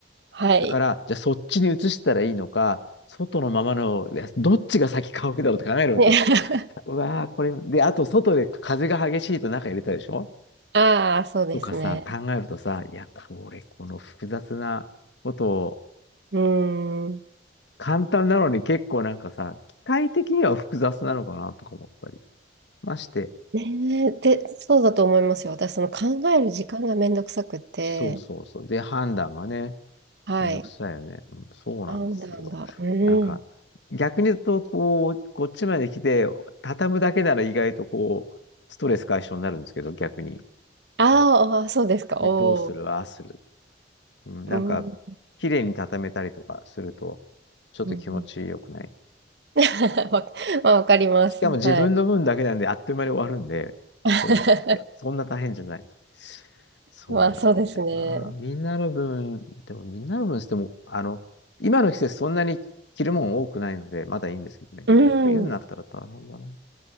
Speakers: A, on the right (about 70°); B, on the left (about 80°).
A: はい。
B: だから、じゃあそっちに移したらいいのか、外のままの、いやどっちが先乾くだろうって考えるわけよ。
A: ね、<laughs>
B: うわー、これ、で、あと外で風が激しいと中入れたでしょ
A: ああ、そうですね。
B: とかさ、考えるとさ、いや、これ、この複雑なことを、
A: うん。
B: 簡単なのに結構なんかさ、機械的には複雑なのかなとか思ったりまして。
A: ねえ、で、そうだと思いますよ。私、その考える時間がめんどくさくて、
B: そうそうそう。で、判断がね、
A: はい、
B: めんどくさいよね。うん、そうなんですよ。
A: 判断が、うん。
B: なんか、逆に言うと、こう、こっちまで来て、畳むだけなら意外とこう、ストレス解消になるんですけど、逆に。でも、
A: あーあー、そうですか。
B: これどうする、
A: おお、
B: ああする。うん、なんか、
A: うん、
B: 綺麗に畳めたりとかすると、ちょっと気持ちよくない
A: うん。<laughs> わ、まあ、わかります。
B: しかも自分の分だけなんであっという間に終わるんで、
A: はい。<laughs>
B: 正直言って。そんな大変じゃない。そうなんだよな。
A: まあ、そうですね。
B: みんなの分、でもみんなの分しても、あの、今の季節そんなに着るもん多くないので、まだいいんですけどね。
A: うん。
B: これ冬になったら大変だな。